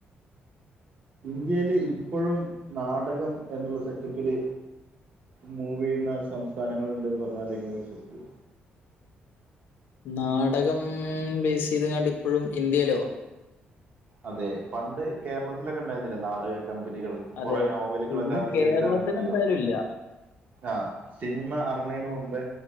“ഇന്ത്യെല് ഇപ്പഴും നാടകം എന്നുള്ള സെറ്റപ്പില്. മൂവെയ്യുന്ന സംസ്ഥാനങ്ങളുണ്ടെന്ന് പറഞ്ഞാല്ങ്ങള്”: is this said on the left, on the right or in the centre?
Right